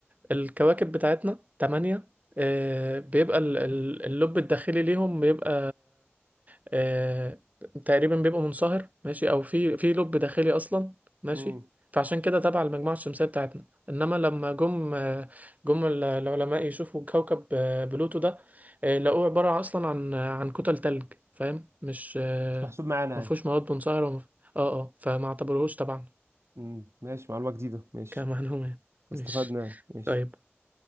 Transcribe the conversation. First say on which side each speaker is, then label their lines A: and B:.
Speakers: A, on the right; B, on the right.
A: الكواكب بتاعتنا تمانية آه، بيبقى ال- ال- اللب الداخلي ليهم بيبقى آه، تقريبا بيبقى منصهر ماشي او في في لب داخلي اصلا ماشي
B: مم.
A: فعشان كده تبع المجموعة الشمسية بتاعتنا انما لما جم آه، جم ال- العلماء يشوفوا كوكب آه، بلوتو ده آه، لقوه عبارة اصلا عن عن كتل تلج فاهم مش آه،
B: مش محسوب معانا
A: مفهوش
B: يعني
A: مواد منصهرة ومف... اه اه فما اعتبروهوش طبعا
B: امم ماشي معلومة جديدة ماشي
A: كمعلومة ماشي
B: استفدنا يعني ماشي
A: طيب